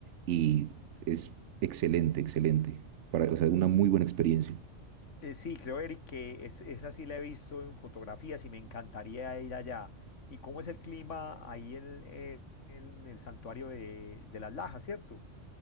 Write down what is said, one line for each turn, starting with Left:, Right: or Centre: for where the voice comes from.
Right: Y es excelente, excelente. Para, o sea, una muy buena experiencia.
Left: Eh, sí, creo, Eric, que es, esa sí la he visto en fotografías y me encantaría ir allá. ¿Y cómo es el clima ahí en, eh, en el santuario de, de las Lajas, cierto?